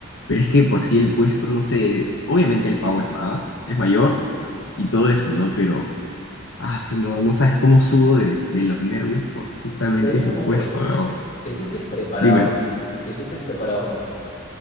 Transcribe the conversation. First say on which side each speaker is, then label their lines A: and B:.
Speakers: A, on the left; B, on the left.
A: pero es que por sí el puesto, no sé, obviamente el pago es más, es mayor y todo eso, ¿no? Pero, ah, su- no, no sabes cómo sudo de, de los nervios por justamente
B: Pero dime
A: ese
B: una
A: puesto,
B: cosa,
A: de verdad.
B: ¿te sientes preparado?
A: Dime,
B: ¿Te sientes preparado?